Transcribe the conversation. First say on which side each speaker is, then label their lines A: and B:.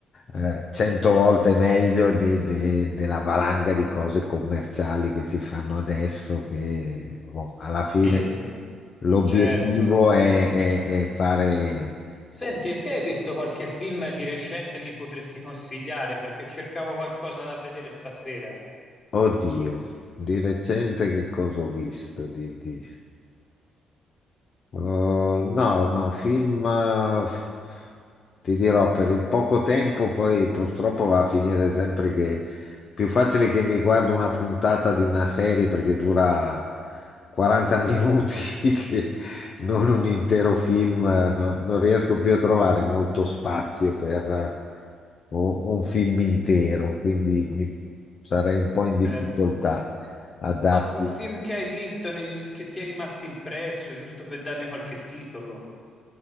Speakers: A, on the left (about 50°); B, on the left (about 30°).
A: eh, cento volte meglio de- de- della valanga di cose commerciali che si fanno adesso, che boh, alla fine
B: dimmi,
A: l'obiettivo
B: certo.
A: è, è- è fare...
B: Senti, e te hai visto qualche film di recente mi potresti consigliare? Perché cercavo qualcosa da vedere stasera,
A: Oddio, di recente che cosa ho visto? Di, di- Uh, no, no, film, eh, f- ti dirò, per il poco tempo poi purtroppo va a finire sempre che è più facile che mi guardo una puntata di una serie perché dura 40 minuti, <laughs> che non un intero film, eh, no- non riesco più a trovare molto spazio per eh, o- un film intero, quindi mi- sarei un po' in difficoltà
B: certo.
A: a darti.
B: Ma un film che hai visto negli ul- che ti è rimasto impresso, giusto per darmi qualche titolo?